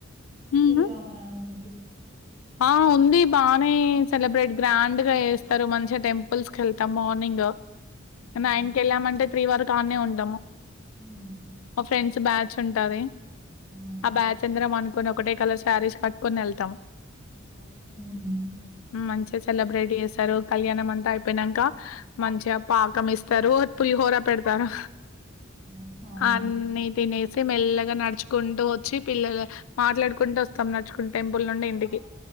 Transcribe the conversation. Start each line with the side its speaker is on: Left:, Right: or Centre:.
Left: హుహు.
Right: శ్రీరామ నవమికి
Left: ఆ ఉంది బానే సెలబ్రేట్ గ్రాండ్ గా చేస్తారు మంచిగా టెంపుల్స్ కి వెళ్తాం మార్నింగ్
Right: అవునా
Left: నైన్ కెళ్ళామంటే త్రీ వరకు ఆనే ఉంటము
Right: ఉమ్
Left: మా ఫ్రెండ్స్ బ్యాచ్ ఉంటది
Right: అవునా
Left: ఆ బ్యాచ్ అందరం అనుకుని ఒకటే కలర్ శారీస్ కట్టుకొని వెళ్తాం
Right: మ్ హు
Left: మంచిగా సెలబ్రేట్ చేస్తారు కళ్యాణం అంతా అయిపోనాక మంచిగా పాకం ఇస్తారు పులి హోర పెడతారు
Right: ఆ అవును
Left: అన్ని తినేసి మెల్లగా నడుచుకుంటూ వచ్చి పిల్లలు మాట్లాడుకుంటూ వస్తాం నా టెంపుల్ నుండి ఇంటికి
Right: ఆ